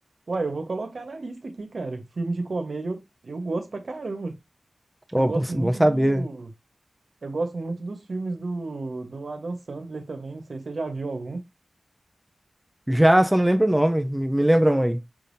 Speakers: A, on the right (about 60°); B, in the centre.
A: Uai, eu vou colocar na lista aqui, cara. Filme de comédia eu, eu gosto pra caramba.
B: Ó,
A: Eu gosto
B: bom,
A: muito
B: bom saber.
A: do. Eu gosto muito dos filmes do, do Adam Sandler também. Não sei se você já viu algum.
B: Já, só não lembro o nome. Me, me lembra um aí.